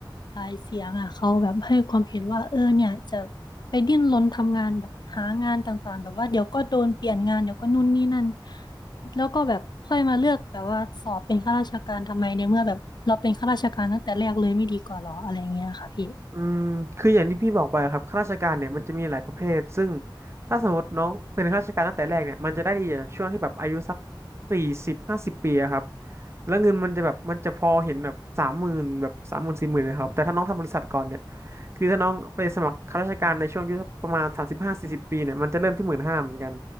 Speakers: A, on the left; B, on the right.
A: หลายเสียงอ่ะเขาแบบให้ความเห็นว่าเออเนี่ยจะไปดิ้นรนทำงานแบบหางานต่างๆแบบว่าเดี๋ยวก็โดนเปลี่ยนงานเดี๋ยวก็นู่นนี่นั่นแล้วก็แบบค่อยมาเลือกแบบว่าสอบเป็นข้าราชการทำไมในเมื่อแบบเราเป็นข้าราชการตั้งแต่แรกเลยไม่ดีกว่าหรออะไรอย่างเงี้ยค่ะพี่
B: อืมคืออย่างที่พี่บอกไปครับข้าราชการเนี่ยมันจะมีหลายประเภทซึ่งถ้าสมมติน้องเป็นข้าราชการตั้งแต่แรกเนี่ยมันจะได้ดีจากช่วงที่แบบอายุสักสี่สิบห้าสิบปีอะครับแล้วเงินมันจะแบบมันจะพอเห็นแบบสามหมื่นแบบสามหมื่นสี่หมื่นนะครับแต่ถ้าน้องทำบริษัทก่อนเนี่ยคือถ้าน้องไปสมัครข้าราชการในช่วงอายุสักประมาณสามสิบห้าสี่สิบปีเนี่ยมันจะเริ่มที่หมื่นห้าเหมือนกัน